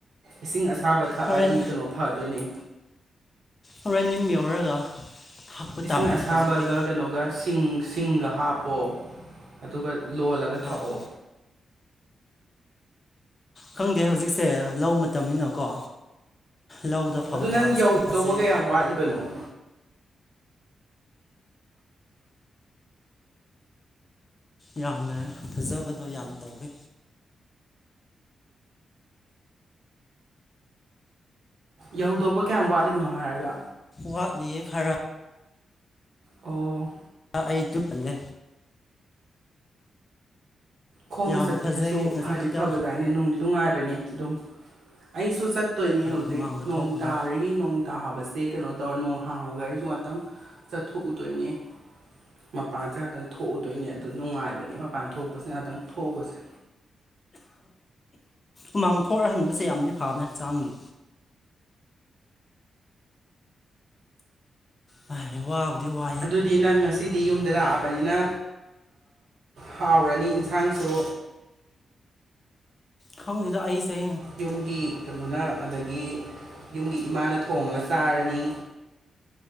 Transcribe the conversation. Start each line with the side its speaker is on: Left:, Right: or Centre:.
Right: ꯏꯁꯤꯡ ꯑꯁꯥ ꯊꯥꯕ ꯊꯛꯑꯗꯤ
Left: ꯍꯣꯔꯦꯟ
Right: ꯀꯩꯅꯣ ꯐꯗꯣꯏꯅꯦ
Left: ꯑꯣꯔꯦ ꯅꯤꯡꯝ ꯌꯧꯔꯒ ꯊꯥꯛꯄ
Right: ꯏꯁꯤꯡ
Left: ꯇꯥꯔꯦ
Right: ꯑꯁꯥꯕꯒ
Left: ꯍꯧꯖꯤꯛꯇꯤ
Right: ꯀꯩꯅꯣꯒ ꯆꯤꯡ ꯁꯤꯡꯒ ꯍꯥꯞꯄꯣ ꯑꯗꯨꯒ ꯂꯣꯜꯂꯒ ꯊꯛꯑꯣ
Left: ꯑꯥꯎ ꯈꯪꯗꯦ ꯍꯧꯖꯤꯛꯁꯦ ꯂꯧ ꯃꯇꯝꯅꯤꯅꯀꯣ ꯂꯧꯗ ꯐꯧ
Right: ꯑꯗꯨ ꯅꯪ
Left: ꯊꯥꯕꯁꯤ
Right: ꯌꯧꯗꯧꯕ
Left: ꯌꯥꯝ ꯐꯖꯩ
Right: ꯀꯌꯥꯝ ꯋꯥꯠꯂꯤꯕꯅꯣ
Left: ꯌꯥꯝꯅ ꯐꯖꯕꯗꯣ ꯌꯥꯝ ꯇꯧꯋꯤ
Right: ꯌꯧꯗꯧꯕ ꯀꯌꯥꯝ ꯋꯥꯠꯂꯤꯕꯅꯣ ꯍꯥꯏꯔꯒ
Left: ꯋꯥꯠ ꯂꯌꯦ ꯈꯔꯞ
Right: ꯑꯣ
Left: ꯑꯩ ꯄꯂꯦ
Right: ꯈꯣꯡꯅ
Left: ꯌꯥꯝꯅ
Right: ꯆꯠꯄꯁꯤꯁꯨ
Left: ꯐꯖꯩ ꯉꯁꯤ
Right: ꯐꯗꯤ
Left: ꯈꯛꯇ
Right: ꯐꯕ ꯖꯥꯠꯅꯦ ꯅꯨꯡꯗꯨ ꯅꯨꯡꯉꯥꯏꯕꯅꯦ ꯑꯗꯨꯝ ꯑꯩꯁꯨ ꯆꯠꯇꯣꯏꯅꯤ ꯍꯧꯖꯤꯛ
Left: ꯍꯨꯃꯥꯡꯒ
Right: ꯅꯣꯡ
Left: ꯊꯣꯛꯄꯗꯣ
Right: ꯇꯥꯔꯤ ꯅ ꯇꯥꯕꯁꯦ ꯀꯩꯅꯣ ꯇꯧꯔ ꯅꯣꯡ ꯍꯥꯡꯉꯒ ꯑꯩꯁꯨ ꯉꯥꯛꯇꯪ ꯆꯠꯊꯣꯛꯎꯗꯣꯏꯅꯦ ꯃꯄꯥꯟꯁꯤ ꯉꯍꯥꯛꯇꯪ ꯊꯣꯛꯎꯗꯣꯏꯅꯦ ꯑꯗꯨ ꯅꯨꯡꯉꯥꯏꯕꯅꯦ ꯃꯄꯥꯟ ꯊꯣꯛꯄꯁꯤ ꯉꯍꯥꯛꯇꯪ ꯊꯣꯛꯎꯕꯁꯦ
Left: ꯎꯃꯥꯡ ꯊꯣꯛꯍꯟꯕꯁꯦ ꯌꯥꯝꯅ ꯐꯕꯅꯦ ꯍꯛꯆꯥꯡꯒꯤ ꯑ ꯋꯥꯕꯗꯤ ꯋꯥ
Right: ꯑꯗꯨꯗꯤ ꯅꯪ ꯉꯁꯤꯗꯤ ꯌꯨꯝꯗ ꯂꯥꯛꯑꯕꯅꯤꯅ ꯍꯥꯎꯔꯅꯤ ꯌꯦꯟꯁꯥꯡꯁꯨ
Left: ꯈꯪꯉꯗ ꯑꯩꯁꯦ
Right: ꯌꯨꯝꯒꯤ ꯀꯩꯅꯅ ꯑꯗꯒꯤ ꯌꯨꯝꯒꯤ ꯏꯃꯥꯅ ꯊꯣꯡꯉꯒ ꯆꯥꯔꯅꯤ